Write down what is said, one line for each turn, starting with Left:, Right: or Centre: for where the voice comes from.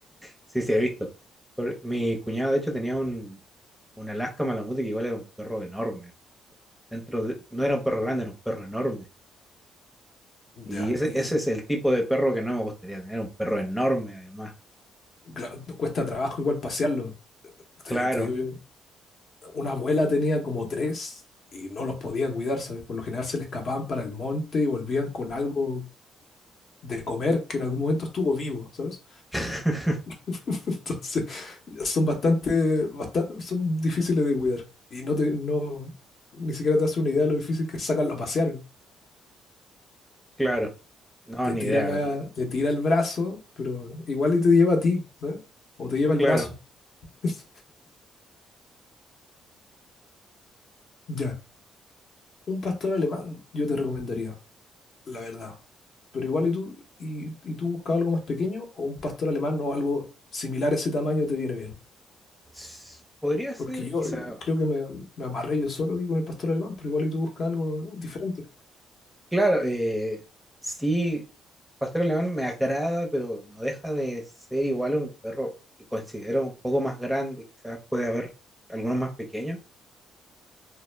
Centre: sí, sí he visto. Por- mi cuñado, de hecho, tenía un, un Alaska Malamute que igual era un perro enorme. Dentro de- no era un perro grande, era un perro enorme.
Left: Ya,
Centre: Y ese,
Left: y
Centre: ese
Left: y,
Centre: es el tipo de perro que no me gustaría tener, un perro enorme, además.
Left: claro, cuesta trabajo igual pasearlo. Te,
Centre: Claro.
Left: te digo yo, una abuela tenía como tres y no los podía cuidar, ¿sabes? Por lo general se le escapaban para el monte y volvían con algo de comer que en algún momento estuvo vivo, ¿sabes?
Centre: <laughs>
Left: <laughs> Entonces, son bastante, bastante, son difíciles de cuidar. Y no te, no, ni siquiera te hace una idea de lo difícil que es sacarlo a pasear.
Centre: Claro, no,
Left: Te
Centre: ni
Left: tira
Centre: idea.
Left: la,
Centre: sí.
Left: te tira el brazo, pero igual y te lleva a ti, ¿sabes? O te lleva el
Centre: Claro,
Left: brazo. <laughs> Ya. Un pastor alemán yo te recomendaría, la verdad. Pero igual y tú, y, y tú buscas algo más pequeño, o un pastor alemán o algo similar a ese tamaño te viene bien.
Centre: S- podría ser
Left: Porque yo
Centre: quizá
Left: eh, creo que me, me amarré yo solo aquí con el pastor alemán, pero igual y tú buscas algo diferente.
Centre: Claro, eh, sí, Pastor Alemán me agrada, pero no deja de ser igual a un perro que considero un poco más grande, quizás puede haber algunos más pequeños.